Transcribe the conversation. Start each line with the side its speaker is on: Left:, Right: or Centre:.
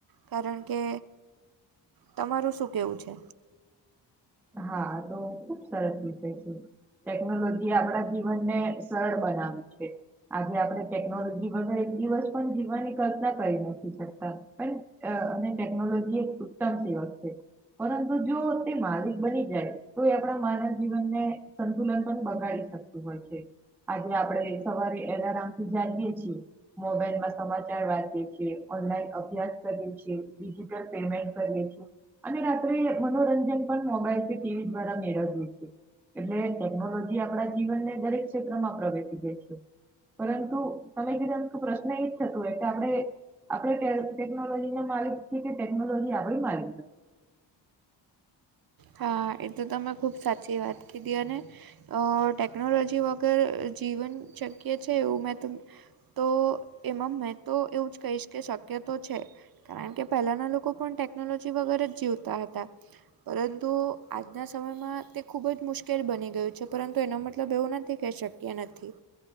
Right: કારણ કે તમારું શું કેવું છે?
Centre: હા તો ખુબ સરસ વિષય છે. ટેકનોલોજી આપડા જીવન ને સરળ બનાવે છે. આજે આપડે ટેકનોલોજી વગર એક દિવસ પણ જીવવાની કલ્પના કરી નથી શકતા પણ અહ અને ટેકનોલોજી એક ઉતમ સેવક છે. પરંતુ જો તે મારી બની જાય તો એ આપડા માનવ જીવનને સંતુલન પણ બગાડી શકતું હોય છે. આજે આપડે સવારે એલારામ થી જઈએ છીએ. મોબાઈલમાં સમાચાર વાંચીએ છીએ ઓનલાઈન અભ્યાસ કરીએ છીએ ડિજિટલ પેમેન્ટ કરીએ છીએ. અને રાત્રે મનોરંજન પણ મોબાઈલ કે ટી વી દ્વારા મેળવીએ છે. એટલે ટેકનોલોજી આપડા જીવનને દરેક ક્ષેત્રમાં પ્રવેશી ગઈ છે. પરંતુ તમે કીધું એમ કે પ્રશ્ન થતો હોય કે આપડે આપડે ટે ટેકનોલોજી ના માલિક છીએ કે ટેકનોલોજી આપણી માલિક છે.
Right: હા એ તો તમે ખૂબ સાચી વાત કીધી અને અહ ટેકનોલોજી વગર જીવન શક્ય છે એવું મેં તો તો એમાં મેં તો એવું જ કહીશ કે શક્ય તો છે. કારણ કે પહેલાંના લોકો પણ ટેકનોલોજી વગર જ જીવતા હતા પરં તો આજના સમયમાં તે ખૂબ જ મુશ્કેલ બની ગયું છે પરંતુ એનો મતલબ એવું નથી કે શક એ નથી